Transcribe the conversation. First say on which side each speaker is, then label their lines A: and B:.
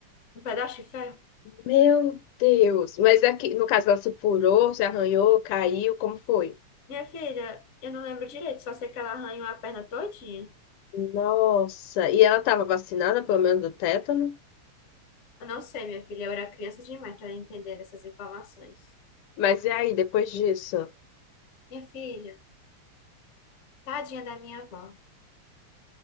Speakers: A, on the left; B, on the left.
A: Um pedaço de ferro?
B: Meu Deus. Mas aqui, no caso, ela se furou, se arranhou, caiu, como foi?
A: Minha filha, eu não lembro direito, só sei que ela arranhou a perna todinha.
B: Nossa, e ela estava vacinada, pelo menos do tétano?
A: Eu não sei, minha filha, eu era criança demais para entender essas informações.
B: Mas e aí, depois disso?
A: Minha filha, tadinha da minha avó.